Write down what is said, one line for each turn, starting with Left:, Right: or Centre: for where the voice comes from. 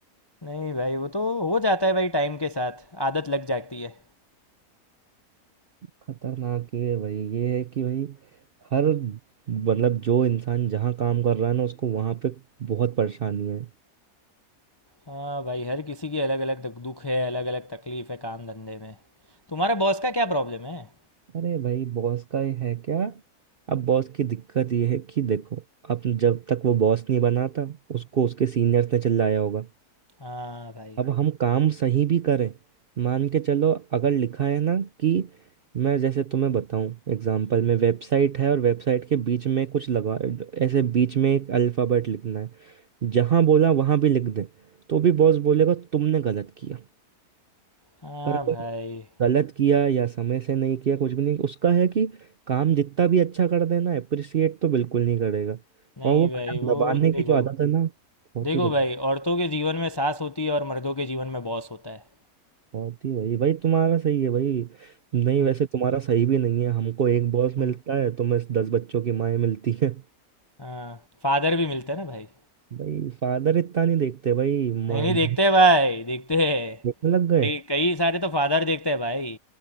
Left: नहीं भाई वो तो हो जाता है भाई टाइम के साथ आदत लग जाती है
Right: खतरनाक ये है भाई ये है कि भाई हर मतलब जो इंसान जहाँ काम कर रहा है ना उसको वहाँ पे बहुत परेशानी है
Left: हाँ भाई हर किसी की अलग अलग दुख है अलग अलग तकलीफ है काम धंधे में तुम्हारे बॉस का क्या प्रॉब्लम है
Right: अरे भाई बॉस का ही है क्या अब बॉस की दिक्कत ये है कि देखो अब जब तक वो बॉस नहीं बना था उसको उसके सीनियर्स ने चिल्लाया होगा
Left: हाँ भाई
Right: अब हम काम सही भी करें मान के चलो अगर लिखा है ना कि मैं जैसे तुम्हें बताऊं एग्जांपल में वेबसाइट है और वेबसाइट के बीच में कुछ लगा ऐसे बीच में एक अल्फ़ाबेट लिखना है जहां बोला वहां भी लिख दें तो भी बॉस बोलेगा तुमने गलत किया
Left: हाँ
Right: और अगर
Left: भाई
Right: गलत किया या समय से नहीं किया कुछ भी नहीं उसका है कि काम जितना भी अच्छा कर देना अप्रिशिएट तो बिल्कुल नहीं करेगा
Left: नहीं
Right: और वो
Left: भाई
Right: कलम
Left: वो
Right: दबाने
Left: देखो
Right: की जो आदत है ना बहुत
Left: देखो
Right: ही गलत
Left: भाई औरतों के जीवन में सास होती है और मर्दों के जीवन में बॉस होता है
Right: बहुत ही भाई भाई तुम्हारा सही है भाई
Left: <laughs>
Right: नहीं
Left: हम्म,
Right: वैसे तुम्हारा सही भी नहीं है हमको एक बॉस
Left: हम्म,
Right: मिलता है तुम्हें दस बच्चों की माएँ मिलती हैं
Left: हाँ फादर भी मिलता है ना भाई
Right: भाई फादर इतना नहीं देखते भाई माँ
Left: नहीं नहीं
Right: माँ
Left: देखते हैं भाई देखते हैं
Right: देखने लग गए
Left: कई कई सारे तो फादर देखते हैं भाई